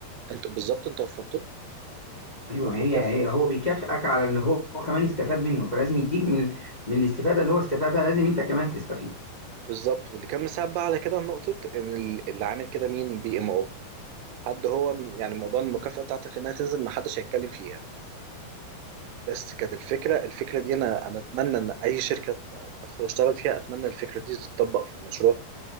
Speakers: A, on the right; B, on the left.
A: انت بالظبط انت وفرت له
B: ايوه
A: والمكافأة
B: هي هي هو بيكافئك على اللي هو هو كمان استفاد منه فلازم يديك من من الاستفادة اللي هو استفادها لازم انت كمان تستفيد
A: بالظبط واللي كان مساعد بقى على كده نقطه ان ال- اللي عامل كده مين بي ام او حد هو م- يعني موضوع المكافأة بتاعتك انها تنزل ما حدش هيتكلم فيها بس كانت الفكره الفكره دي انا انا اتمنى ان اي شركه ادخل اشتغل فيها اتمنى الفكره دي تتطبق في المشروع